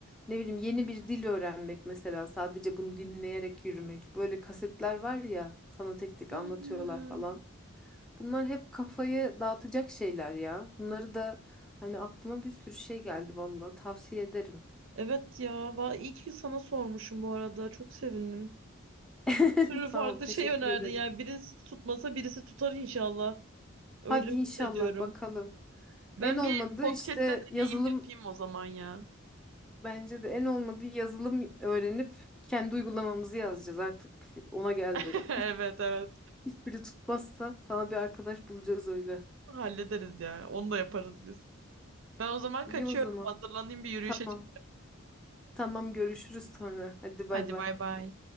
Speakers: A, in the centre; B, on the right.
A: ne bileyim yeni bir dil öğrenmek mesela sadece bunu dinleyerek yürümek. Böyle kasetler var ya sana tek tek
B: Hmm.
A: anlatıyorlar falan. Bunlar hep kafayı dağıtacak şeyler ya. Bunları da hani aklıma bir sürü şey geldi vallahi tavsiye ederim.
B: Evet ya. Va- iyi ki sana sormuşum bu arada. Çok sevindim.
A: <laughs>
B: Bir sürü
A: Sağ
B: farklı
A: ol, teşekkür
B: şey önerdin.
A: ederim.
B: Yani birisi tutmasa birisi tutar inşallah. Öyle
A: Hadi
B: umut
A: inşallah
B: ediyorum.
A: bakalım.
B: Ben
A: En olmadı
B: bir podcast'te
A: işte
B: deneyim
A: yazılım
B: yapayım o zaman ya.
A: bence de en olmadı yazılım öğrenip kendi uygulamamızı yazacağız artık. Ona geldi.
B: <laughs> Evet evet.
A: Hiçbiri tutmazsa sana bir arkadaş bulacağız öyle.
B: Hallederiz ya. Onu da yaparız biz. Ben o zaman
A: İyi
B: kaçıyorum.
A: o zaman.
B: Hazırlanayım bir yürüyüşe.
A: Tamam.
B: çık-
A: Tamam görüşürüz sonra. Hadi
B: Hadi
A: bay bay.
B: bay bay.